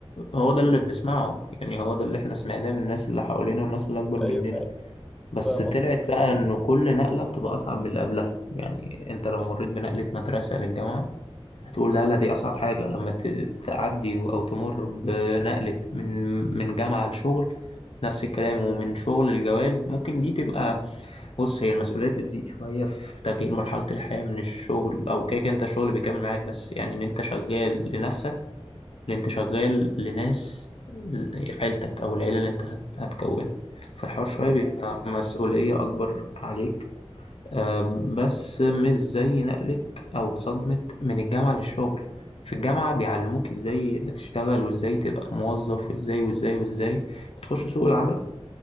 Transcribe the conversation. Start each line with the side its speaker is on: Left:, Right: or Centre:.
Left: هو ده
Centre: مم.
Left: اللي بنسمعه يعني هو ده اللي إحنا سمعناه من الناس اللي حوالينا والناس اللي أكبر مننا
Centre: ايوه فعلا
Left: بس
Centre: فاهم
Left: طلعت
Centre: قصدك
Left: بقى انه كل نقلة بتبقى اصعب من اللي قبلها يعني انت لو مريت بنقلة مدرسة للجامعة هتقول لا لا دي اصعب حاجة لما ت- تعدي او تمر بنقلة من من جامعة لشغل نفس الكلام ومن شغل الجواز ممكن دي تبقى بص هي المسؤوليات بتزيد شوية في تغيير مرحلة الحياة من الشغل او كده كده انت الشغل بيكمل معاك بس يعني ان انت شغال لنفسك اللي انت شغال لناس ز- عيلتك او العيله اللي انت هت- هتكونها فالحوار شويه
Centre: مفهوم
Left: بيبقى مسؤوليه اكبر عليك آه، بس مش زي نقله او صدمه من الجامعه للشغل في الجامعه بيعلموك ازاي تشتغل وازاي تبقى موظف وازاي وازاي وازاي بتخش سوق العمل